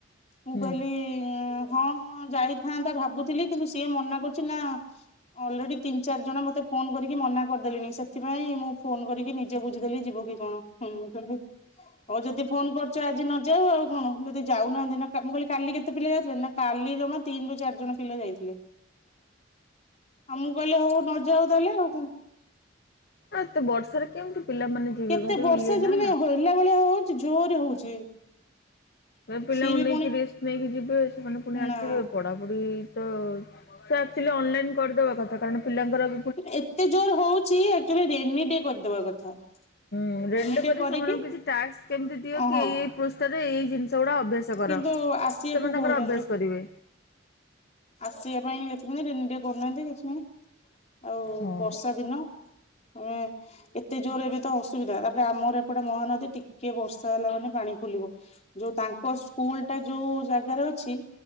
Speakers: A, on the left (about 35°); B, on the left (about 55°).
A: ମୁଁ
B: ହୁଁ
A: କହିଲି ହଁ ଯାଇ ଥାନ୍ତା ଭାବୁଥିଲି କିନ୍ତୁ ସିଏ ମନା କରୁଛି ନା ଅଲରେଡିି ତିନି ଚାରି ଜଣ ମତେ ଫୋନ କରିକି ମନା କରିଦେଲିଣି ସେଥିପାଇଁ ମୁଁ ଫୋନ କରିକି ନିଜେ ସେ ବୁଝିଦେଲେ ଯିବ କି କଣ <unintelligible> ହଉ ଯଦି ଫୋନ କରୁଛ ଆଜି ନ ଯାଉ ଆଉ କଣ ଯଦି ଯାଉନାହାନ୍ତି ନା ମୁଁ କହିଲି କାଲି କେତେ ପିଲା ଯାଉଥିଲେ ନା କାଲି ଜମା ତିନି ରୁ ଚାରି ଜଣ ପିଲା ଯାଇଥିଲେ। ମୁଁ କହିଲି ହଉ। ନ ଯାଉ ତାହାଲେ ଆଉ କଣ।
B: ଆ ଏତେ ବର୍ଷାରେ କେମିତି ପିଲାମାନେ ଯିବେ
A: କେତେ
B: ଭାରି
A: ବର୍ଷା
B: ଇଏ
A: ଯେ
B: ନା।
A: ମାନେ ହେଲା ଭଳିଆ ହଉଛି ଜୋରେ ହଉଛି।
B: ସେ ପିଲାଙ୍କୁ
A: ସିଏ ବି
B: ନେଇକି
A: ପୁଣି
B: ରେଷ୍ଟ ନେଇକି ଯିବେ ସେମାନେ ପୁଣି
A: ନା
B: ଆସିବେ ପଢାପଢି ତ <unintelligible> ଅନଲାଇନ କରିଦବା କଥା କାରଣ ପିଲାଙ୍କର <unintelligible>
A: ଏତେ ଜୋର ହଉଛି ଆକ୍ଚୁଆଲି ରେନି ଡେ କରିଦବା କଥା।
B: ହୁଁ <unintelligible>
A: ରେନି ଡେ
B: କରି
A: କରିକି
B: ସେମାନଙ୍କୁ କିଛି ଟାକ୍ସ କେମିତି ଦିଅ
A: ଓହଁ
B: କି ଏଇ ଏଇ ପୃଷ୍ଠାରେ ଏଇ ଜିନିଷ ଗୁଡା ଅଭ୍ୟାସ କର,
A: କିନ୍ତୁ ଆସିବାକୁ
B: ସେମାନେ
A: କହୁଛନ୍ତି।
B: ତାଙ୍କର ଅଭ୍ୟାସ କରିବେ।
A: ଆସିବା ପାଇଁ <unintelligible> କରୁନାହାନ୍ତି କିଛିନାହିଁ, ଆଉ
B: ହଁ
A: ବର୍ଷା ଦିନ। ହଁ। ଏତେ ଜୋର ଏବେ ତ ଅସୁବିଧା, ତାପରେ ଆମର ଏପଟେ ମହାନଦୀ, ଟିକେ ବର୍ଷା ହେଲା ମାନେ ପାଣି ଖୋଲିବ। ଯୋଉ ତାଙ୍କ ସ୍କୁଲ ଟା ଯୋଉ ଜାଗାରେ ଅଛି